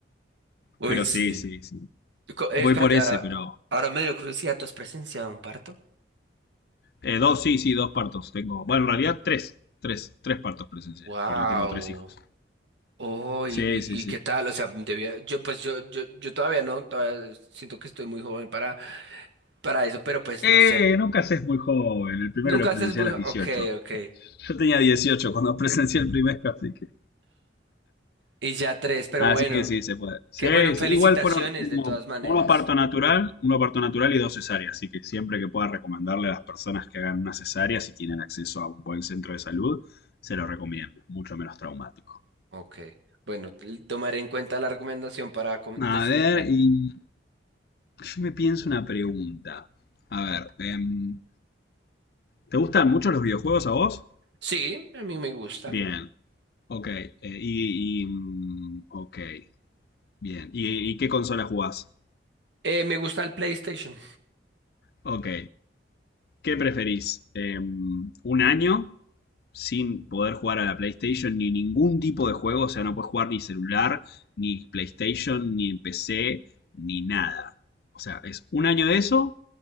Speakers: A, on the right; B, on the left.
A: Uy,
B: Pero
A: sí.
B: sí, sí, sí.
A: Co- eh,
B: Voy
A: espérate,
B: por ese,
A: ahora,
B: pero...
A: ahora me dio curiosidad, ¿tú has presenciado un parto?
B: eh, dos, sí, sí, dos partos tengo. Bueno, en realidad tres, tres, tres partos presencié,
A: Wow.
B: porque tengo tres hijos.
A: Oh, y,
B: Sí,
A: y,
B: sí, sí.
A: y qué tal, o sea, debía, yo pues yo, yo, yo todavía no, todavía siento que estoy muy joven para, para eso, pero pues
B: Eh,
A: no sé.
B: nunca se es muy joven, el primero
A: Nunca
B: lo
A: haces
B: presencié
A: muy,
B: a los
A: ok,
B: 18.
A: ok.
B: Yo tenía 18 cuando presencié el primer, así que...
A: Y ya tres, pero
B: Así
A: bueno,
B: que sí, se puede. Sí,
A: qué bueno, felicitaciones
B: sí, igual fueron uno,
A: de todas maneras.
B: uno parto natural, uno parto natural y dos cesáreas. Así que siempre que pueda recomendarle a las personas que hagan una cesárea, si tienen acceso a un buen centro de salud, se lo recomiendo. Mucho menos traumático.
A: Ok. Bueno, l- tomaré en cuenta la recomendación para
B: A
A: decir
B: ver, y yo me pienso una pregunta. A ver, em, ¿te gustan mucho los videojuegos a vos?
A: Sí, a mí me gusta.
B: Bien, ok. eh, y, y, mm, ok, bien. ¿Y, y qué consola jugás?
A: Eh, me gusta el PlayStation.
B: Ok. ¿Qué preferís? Em, ¿un año? sin poder jugar a la PlayStation ni ningún tipo de juego, o sea, no puedes jugar ni celular, ni PlayStation, ni PC, ni nada. O sea, es un año de eso